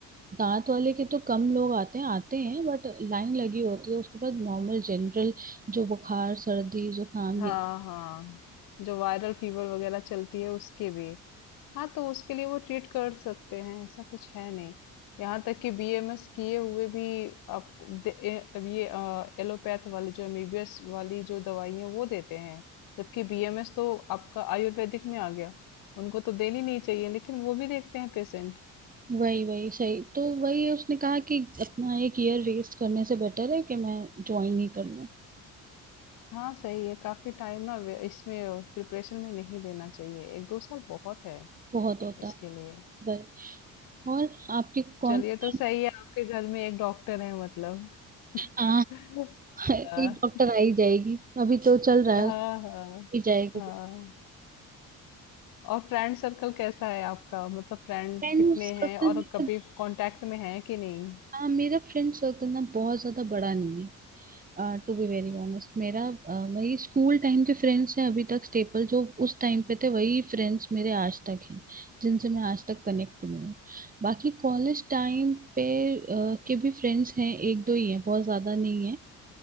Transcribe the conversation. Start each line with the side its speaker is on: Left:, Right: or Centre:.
Right: दांत वाले के तो कम लोग आते हैं आते हैं बट लाइन लगी होती है उसके पास नॉर्मल जनरल जो बुखार सर्दी जुकाम
Left: हाँ
Right: ये
Left: हाँ जो वायरल फीवर वगैरह चलती है उसके भी हाँ तो उसके लिए वो ट्रीट कर सकते हैं ऐसा कुछ है नहीं यहाँ तक कि बीएमएस किए हुए भी आप ये एलोपैथ वाले जो एमबीबीएस वाली जो दवाई है वो देते हैं जबकि बीएमएस तो आपका आयुर्वेदिक में आ गया उनको तो देनी नहीं चाहिए लेकिन वो भी देखते हैं पेशेंट
Right: वही वही सही तो वही उसने कहा कि अपना एक ईयर वेस्ट करने से बेटर है कि मैं ज्वाइन ही कर लूँ
Left: हाँ सही है काफी टाइम ना वे- इसमें प्रिपरेशन में नहीं देना चाहिए एक दो साल बहुत है
Right: बहुत होता
Left: इसके लिए
Right: है और आपकी कौन
Left: चलिए तो
Right: <laughs>
Left: सही है आपके घर में एक डॉक्टर है मतलब <laughs>
Right: आ, एक
Left: हाँ
Right: डॉक्टर आई जाएगी अभी तो चल रहा
Left: हाँ
Right: है
Left: हाँ
Right: ही जाएगी
Left: हाँ। और फ्रेंड सर्कल कैसा है आपका मतलब फ्रेंड
Right: फ्रेंड
Left: कितने
Right: सर्कल
Left: हैं और
Right: मेरा
Left: कभी कांटेक्ट में है कि नहीं
Right: हाँ, मेरा फ्रेंड सर्कल ना बहुत ज्यादा बड़ा नहीं है टू बी वेरी ऑनेस्ट मेरा आ, वही स्कूल टाइम के फ्रेंड्स हैं अभी तक स्टेपल जो उस टाइम पे थे वही फ्रेंड्स मेरे आज तक हैं जिनसे मैं आज तक कनेक्ट हुई हूँ बाकी कॉलेज टाइम पे आ, के भी फ्रेंड्स हैं एक दो ही हैं बहुत ज्यादा नहीं है